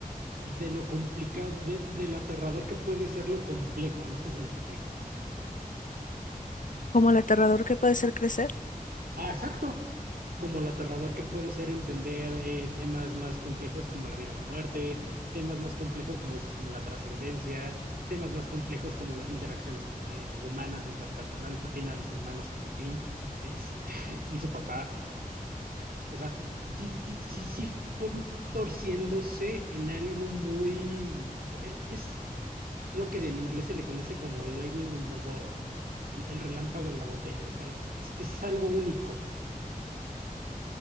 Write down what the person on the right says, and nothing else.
de lo complicado, de, de lo aterrador que puede ser lo complejo. No sé si me explico.
Ah, exacto. como lo aterrador que puede ser entender eh, temas más complejos como la vida o la muerte, temas más complejos como dices, como la trascendencia, temas más complejos como las interacciones hum- eh, humanas o interpersonales, porque hay nada de humano salvo Finn este, <laughs> y su papá. O sea, sí, sí, sí, sí fue torciéndose en algo muy... e- Es lo que en inglés se le conoce como lightning in the bottle, el, el relámpago en la botella. O sea, es, es, es algo único.